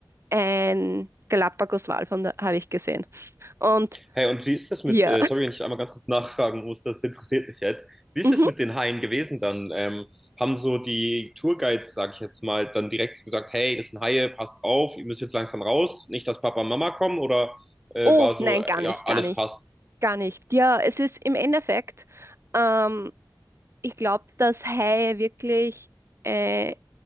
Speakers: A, on the right (about 35°); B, in the centre.
A: ein Galapagoswal von da habe ich gesehen. Und
B: Hey, und wie ist das mit,
A: hier.
B: äh,
A: <laughs>
B: sorry, wenn ich einmal ganz kurz nachfragen muss, das interessiert mich jetzt. Wie ist
A: Mhm.
B: das mit den Haien gewesen dann? Ähm, haben so die Tourguides, sag ich jetzt mal, dann direkt so gesagt, hey, das sind Haie, passt auf, ihr müsst jetzt langsam raus, nicht, dass Papa und Mama kommen oder äh,
A: Oh,
B: war so,
A: nein,
B: äh,
A: gar
B: ja,
A: nicht,
B: alles
A: gar nicht,
B: passt.
A: gar nicht. Ja, es ist im Endeffekt, ähm, ich glaube, dass Haie wirklich äh,